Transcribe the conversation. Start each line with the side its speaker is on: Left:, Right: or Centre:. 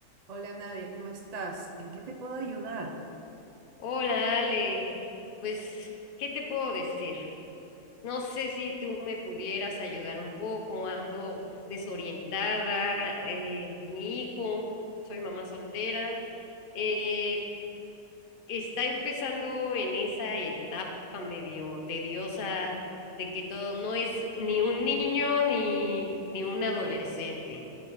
Right: Hola Nadia, ¿cómo estás? ¿En qué te puedo ayudar?
Left: Hola, Ale. Pues, ¿qué te puedo decir? No sé si tú me pudieras ayudar un poco. Ando desorientada. eh, mi hijo, soy mamá soltera, eh, está empezando en esa etapa medio tediosa de que todo no es ni un niño ni, ni un adolescente